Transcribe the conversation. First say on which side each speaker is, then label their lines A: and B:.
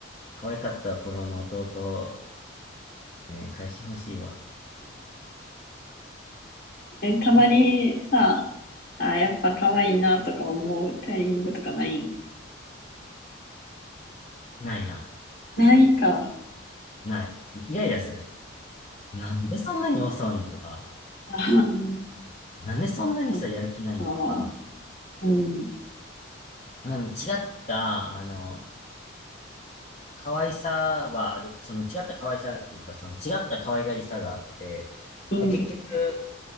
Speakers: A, on the left; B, on the left.
A: 可愛かった頃の弟をね、返してほしいわ。
B: え、たまにさ、あやっぱ可愛いなとか思うタイミングとかないん
A: ないな。
B: ないか。
A: ない。もうイライラする。なんでそんなに遅いんとか、
B: あー
A: なんでそんなにさ、
B: そっ
A: やる気ないんとか、
B: か。うん、
A: なんか違った、あの、可愛さはある。その違った可愛さっていうか、その違った可愛がりさがあって、
B: うん、
A: 結局、